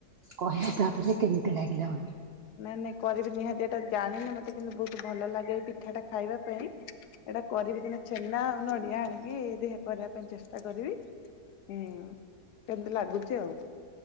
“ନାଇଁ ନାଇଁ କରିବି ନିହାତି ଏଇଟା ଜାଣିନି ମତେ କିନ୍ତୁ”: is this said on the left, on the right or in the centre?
Left